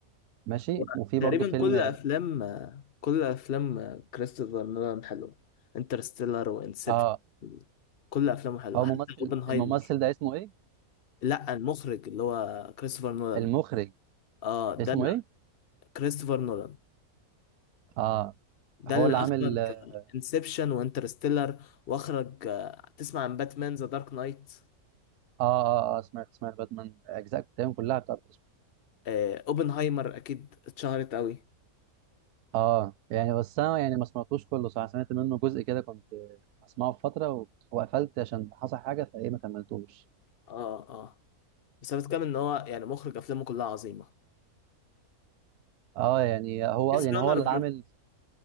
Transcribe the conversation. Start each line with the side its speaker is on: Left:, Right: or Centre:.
Right: ماشي
Left: و-
Right: وفي
Left: تقريبا
Right: برضه فيلم
Left: كل افلام آه، كل افلام آه، كريستوفر نولان حلوه انترستيلر وانسبشن
Right: اه
Left: كل افلامه حلوه
Right: هو
Left: حتى
Right: ممثل
Left: اوبنهايمر
Right: الممثل ده اسمه ايه
Left: لا المخرج اللي هو كريستوفر نولان
Right: المخرج
Left: اه ده
Right: اسمه
Left: اللي-
Right: ايه
Left: كريستوفر نولان
Right: اه
Left: ده
Right: هو
Left: اللي
Right: اللي عامل
Left: اخرج
Right: اه
Left: انسبشن وانترستيلر واخرج آه، تسمع عن باتمان ذا دارك نايت
Right: اه, آه سمعت سمعت باتمان اجزاء بتاعهم كلها بتاعت
Left: آه، اوبنهايمر اكيد اتشهرت قوي
Right: اه يعني بس انا يعني ما سمعتوش كله صح سمعت منه جزء كده كنت اسمعه في فتره و- وقفلت عشان حصل حاجه فايه ما كملتوش
Left: اه اه بس انا بتكلم ان هو يعني مخرج افلامه كلها عظيمه
Right: اه يعني هو
Left: ميز
Right: يعني
Left: رانر
Right: هو اللي عامل
Left: بر...